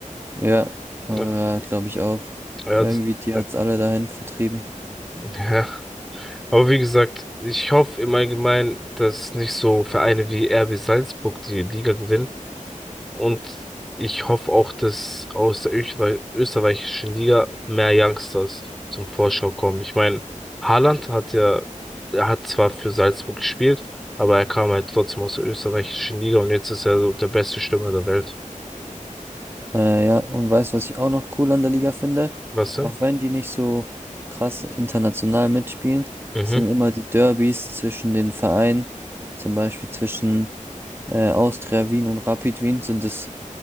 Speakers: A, on the right; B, in the centre.
A: Ja, aber
B: Ja,
A: glaube ich auch.
B: ja,
A: Irgendwie,
B: das,
A: die
B: äh,
A: hat's alle dahin vertrieben.
B: ja. Aber wie gesagt, ich hoffe im Allgemeinen, dass nicht so Vereine wie RB Salzburg die Liga gewinnen, Und ich hoffe auch, dass aus der Öchre- österreichischen Liga mehr Youngsters zum Vorschau kommen. Ich meine, Haaland hat ja, er hat zwar für Salzburg gespielt, aber er kam halt trotzdem aus der österreichischen Liga und jetzt ist er so der beste Stürmer der Welt.
A: Äh, ja, und weißt, was ich auch noch cool an der Liga finde?
B: Weißt du?
A: Auch wenn die nicht so krass international mitspielen,
B: Mhm.
A: sind immer die Derbys zwischen den Vereinen, zum Beispiel zwischen äh, Austria Wien und Rapid Wien, sind es